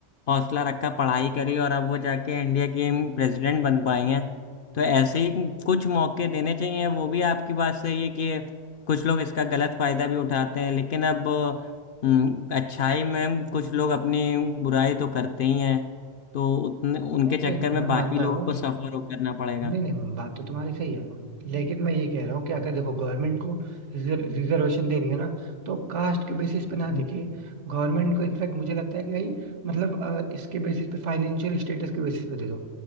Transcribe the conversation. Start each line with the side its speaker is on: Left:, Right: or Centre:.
Left: हौसला रखा पढ़ाई करी और अब वो जाके इंडिया की प्रेसिडेंट बन पाई हैं तो ऐसे ही कुछ मौके देने चाहिए वो भी आपकी बात सही है कि कुछ लोग इसका गलत फायदा भी उठाते हैं लेकिन अब अ, अच्छाई में कुछ लोग अपनी बुराई तो करते ही हैं तो उतने उनके
Right: नहीं
Left: चक्कर में
Right: मैं
Left: बाकी
Right: मानता
Left: लोगों
Right: हूँ
Left: को सफर करना पड़ेगा
Right: नहीं नहीं बात तो तुम्हारी सही है लेकिन मैं ये कह रहा हूँ कि अगर देखो गवर्नमेंट को रिजर्वेशन देनी है ना तो कास्ट के बेसिस पे ना देखे
Left: हम्म
Right: गवर्नमेंट को इनफैक्ट मुझे लगता है कि भाई मतलब अ, इसके बेसिस पे फाइनेंशियल स्टेटस के बेसिस पे दे दो